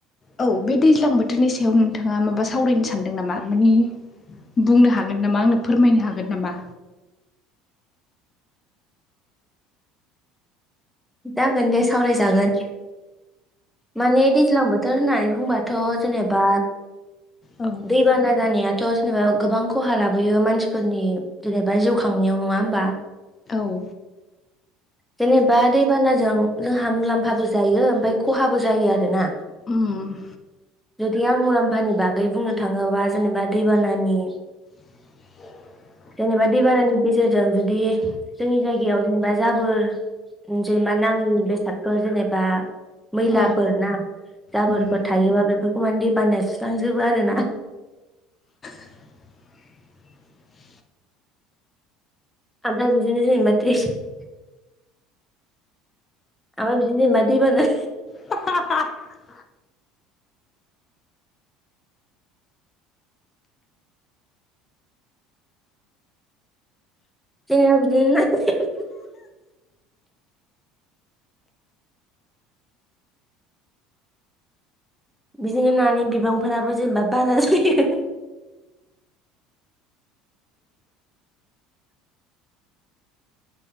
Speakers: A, on the left; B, in the centre.
A: औ बे दैज्लां बोथोरनि सायाव नोंथाङा माबा सावरायनो सानदों नामा माने बुंनो हागोन नामा आंनो फोरमायनो हागोन नामा?
B: जागोन दे सावरायजागोन। माने दैज्लां बोथोर होननानै बुंबाथ' जेनेबा
A: औ
B: दैबाना जानायाथ' जेनेबा गोबां खहा लाबोयो मानसिफोरनि जेनेबा जिउ खांनायाव नङा होमबा?
A: औ
B: जेनेबा दै बान जों जोंहा मुलाम्फाबो जायो ओमफाय खहाबो जायो आरोना
A: उम
B: जुदि आं मुलाम्फानि बागै बुंनो थाङोबा जेनेबा दैबानानि
A: <inaudible>
B: जेनेबा दैबानानि गेजेरजों जुदि जोंनि जायगायाव जेनेबा जाबोर जेनेबा नाङि बेसादफोर जेनेबा मैलाफोर
A: औ
B: ना जाबोरफोर
A: उम
B: थायोबा बेफोरखौ माने दै बाना सुस्रांजोबो आरोना
A: <inaudible>
B: ओमफ्राय बिदिनो जेनेबा द्रेस आफाय बिदिनो दैबाना
A: <unintelligible>
B: <unintelligible> बिदिनो नानि बिबांफोराबो जेनेबा बारा जायो।